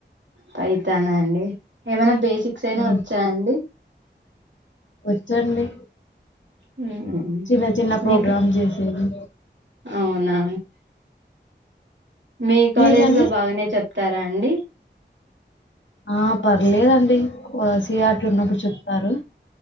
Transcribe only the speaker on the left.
ఉమ్.
వచ్చండి
చిన్న చిన్న ప్రోగ్రామ్
చేసేది
మీకండి
ఆ పర్లేదండి సిఆర్టీ ఉన్నప్పుడు చెప్పారు